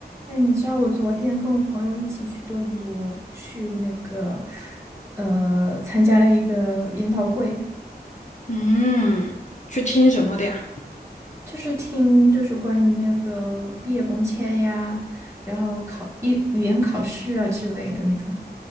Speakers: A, on the right; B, on the left.
A: 哎，你知道我昨天跟我朋友一起去多伦多，去那个呃，参加了一个研讨会，
B: 嗯，去听什么的呀？
A: 就是听就是关于那个毕业工签呀，然后考一语言考试啊之类的那种。<laughs>